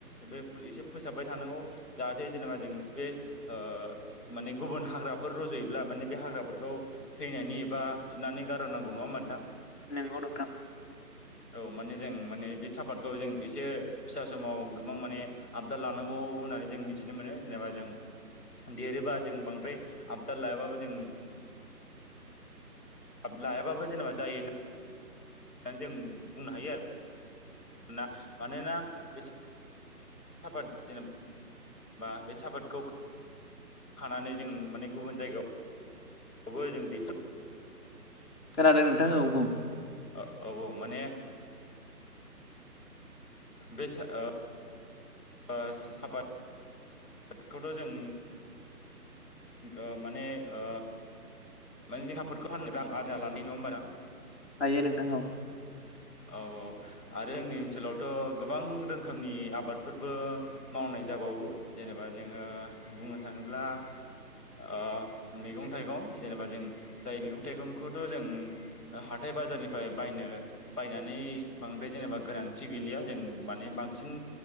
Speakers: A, in the centre; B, on the left (about 40°).
A: बे एसे फोसाबबाय थानांगौ जाहाथे जेनेबा जों बे। ओ माने गुबुन हाग्राफोर रज'योब्ला माने बे हाग्राफोरखौ थैनायनि एबा फुनानै। गार'नांगौ नङा होमबा नोंथां?
B: नोंगौ नोंथां।
A: औ माने जों माने बे सापातखौ जों इसे फिसा समाव गोबां माने आबदाल लानांगौ। होननानै जों मिथिनो मोनो जेनेबा जों। देरोबा जों बांद्राय आपडा लायाबाबो जों। हाब लायाबाबो जेनेबा जायोना? होननानै जों बुंनो हायो आरो। ना मानोना बे साफाद जेनेब बा बे साफातखौ खानानै जों माने गुबुन जायगायाव। खौबो जों दैथा
B: खोनादों नोंथां औ बुं
A: ओ औ औ माने। बे सा ओ ओ सा सापाद ट खौथ' जों। ओ माने ओ माने जों सापादखौ फाननो रां आरजिना लानि नङा होमबा?
B: हायो नोंथां औ
A: औ औ आरो जोंनि ओनसोलावथ' गोबां रोखोमनि आबादफोरबो मावनाय जा जाबावो जेनेबा जोङो बुंनो थाङोब्ला। ओ मैगं-थाइगं, जेनेबा जों जाय मैगं थाइगंखौथ' जों हाथाय- बाज जारनिफ्राय बायनो बायनानै बांद्राय जेनेबा गोनांथि गैलिया जों माने बांसिन।